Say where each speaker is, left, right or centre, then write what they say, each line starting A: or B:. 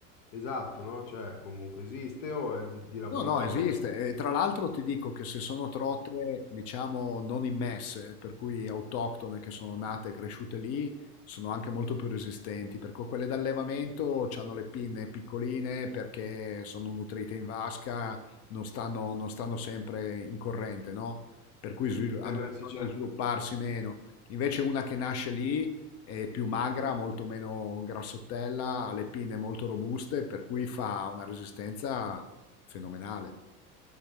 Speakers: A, on the left; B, on the left.
A: Esatto, no? Cioè, comunque esiste o è di, di laboratorio?
B: No, no, esiste. E tra l'altro ti dico che se sono trote, diciamo, non immesse, per cui autoctone che sono nate e cresciute lì, sono anche molto più resistenti, perché quelle d'allevamento hanno le pinne piccoline perché sono nutrite in vasca, non stanno, non stanno sempre in corrente, no? Per cui svil- hanno
A: Eh, beh,
B: bisogno
A: sì, certo.
B: di svilupparsi meno. Invece una che nasce lì è più magra, molto meno grassottella, ha le pinne molto robuste, per cui fa una resistenza fenomenale.